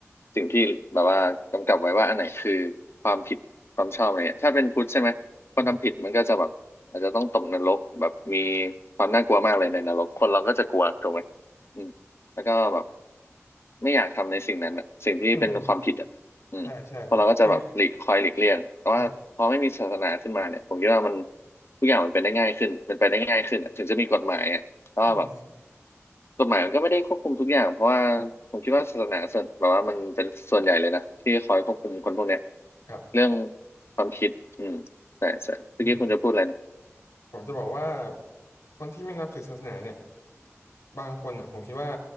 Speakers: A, on the left; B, on the left.
A: สิ่งที่แบบว่ากำกับไว้ว่าอันไหนคือความผิดความชอบอะไรเงี้ยถ้าเป็นพุทธใช่ไหมคนทำผิดมันก็จะแบบอาจจะต้องตกนรกแบบมี
B: อืม
A: ความน่ากลัวมากเลยในนรกคนเราก็จะกลัวถูกไหมอืมแล้วก็แบบไม่อยากทำในสิ่งนั้นอ่ะสิ่งที่เป็นความผิดอ่ะอืมคนเราก็จะแบบหลีกคอยหลีกเลี่ยงแต่ว่าพอไม่มีศาสนาขึ้นมาเนี่ยผมคิดว่ามัน
B: อืมอืมใช่ใช่คืออ่ะ
A: ทุกอย่างมันเป็นได้ง่ายขึ้นเป็นไปได้ง่ายขึ้นอะถึงจะมีกฎหมายอะ ก็แบบ
B: อืม
A: กฎหมายมันก็ไม่ได้ควบคุมทุกอย่างเพราะว่าผมคิดว่าศาสนาส่วนแบบว่ามันเป็นส่วนใหญ่เลยนะที่คอยควบคุมคนพวกเนี้ย
B: ครับ
A: เรื่องความคิดอืมใช่ใช่เมื่อกี้คุณจะพูดอะไรนะ
B: อืมผมจะบอกว่าคนที่ไม่นับถือศาสนาเนี่ยบางคนอ่ะผมคิดว่า